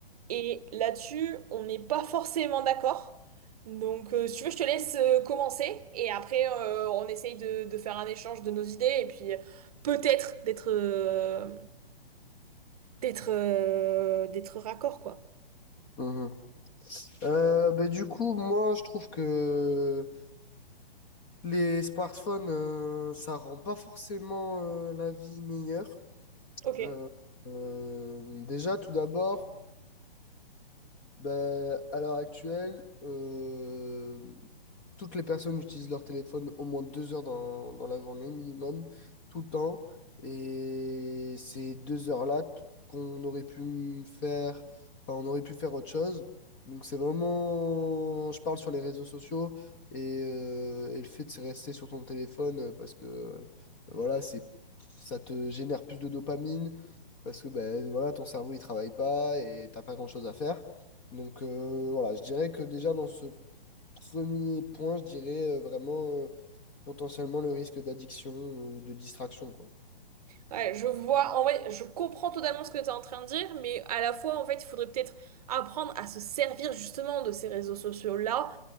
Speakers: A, on the right; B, on the left.
A: Et là-dessus, on n'est pas forcément d'accord. Donc, euh, si tu veux, je te laisse euh, commencer et après, euh, on essaye de, de faire un échange de nos idées et puis euh, peut-être d'être euh, d'être euh, d'être raccord, quoi.
B: Mhm. Euh, ben, du coup, moi, je trouve que les smartphones, euh, ça rend pas forcément euh, la vie meilleure.
A: Ok.
B: Euh, euh, déjà, tout d'abord. Ben, à l'heure actuelle, euh, toutes les personnes utilisent leur téléphone au moins deux heures dans, dans la journée minimum, tout le temps. Et ces deux heures-là t- qu'on aurait pu me faire, enfin, on aurait pu faire autre chose. Donc c'est vraiment, je parle sur les réseaux sociaux et, euh, et le fait de se rester sur ton téléphone euh, parce que euh, voilà, c'est, ça te génère plus de dopamine parce que ben, voilà, ton cerveau il travaille pas et t'as pas grand-chose à faire. Donc euh, voilà, je dirais que déjà dans ce premier point, je dirais euh, vraiment euh, potentiellement le risque d'addiction ou de distraction, quoi.
A: Ouais, je vois, en vrai, je comprends totalement ce que tu es en train de dire, mais à la fois, en fait, il faudrait peut-être apprendre à se servir justement de ces réseaux sociaux-là